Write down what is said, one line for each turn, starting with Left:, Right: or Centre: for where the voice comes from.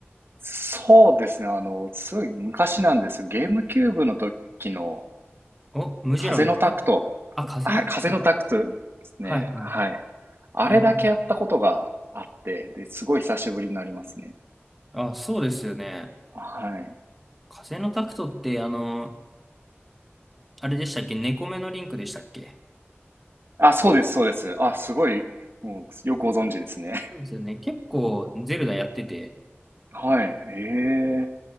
Right: そうですね。あの、すごい昔なんです。ゲームキューブの時の
Centre: お、ムジュラの
Right: 風のタクト。
Centre: あ、風のタクトか。
Right: はい、風のタクトですね。
Centre: はいはい。
Right: はい。あれだけやったことがあって、
Centre: えー
Right: で、すごい久しぶりになりますね。
Centre: あ、そうですよね。
Right: はい。
Centre: 風のタクトって、あの、あれでしたっけ猫目のリンクでしたっけ
Right: あ、そうです、そうです。あ、すごい、もう、よくご存知ですね。
Centre: そうですよね。結構、ゼルダやってて、
Right: <laughs> はい。ええ